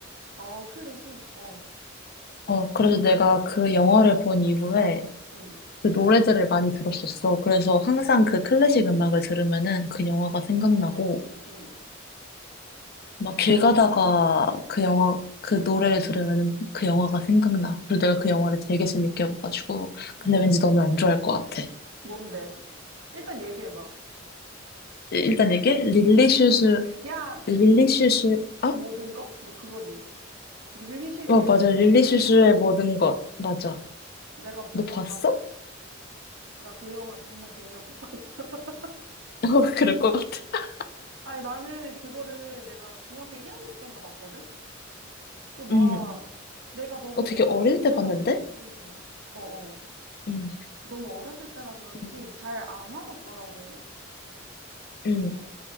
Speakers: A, on the right; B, on the left.
A: 어, 클래식? 어,
B: 어, 그래서 내가 그 영화를 본 이후에
A: 응,
B: 그 노래들을 많이 들었었어. 그래서 항상 그 클래식 음악을 들으면은 그 영화가 생각나고,
A: 응,
B: 막 길 가다가 그 영화, 그 노래를 들으면 그 영화가 생각나. 그리고 내가 그 영화를 되게 재밌게 봐가지고. 근데
A: 응.
B: 왠지 너는 안 좋아할 것 같아.
A: 뭔데? 일단 얘기해봐.
B: 일단 이게 릴리슈슈,
A: 야!
B: 릴리슈슈, 아?
A: 모든 거? 뭐 그거지. 릴리슈슈의
B: 어, 어, 맞아.
A: 모든
B: 릴리슈슈의
A: 거.
B: 모든 것. 맞아.
A: 내가 보고
B: 너 봤어?
A: 잔,
B: <laughs>
A: 나 그 영화 정말 재미없게 봤어. <laughs>
B: 어, 그럴 것 같아.
A: 아니, 나는 그거를 내가 중학교 1학년 때인가 봤거든? 그 막,
B: 음.
A: 내가 너무
B: 어, 되게
A: 어렸을
B: 어릴 때
A: 때라
B: 봤는데?
A: 그런지, 어어,
B: 음.
A: 너무 어렸을 때라 그런지
B: 음.
A: 잘 안 와닿더라고,
B: 음.
A: 이게.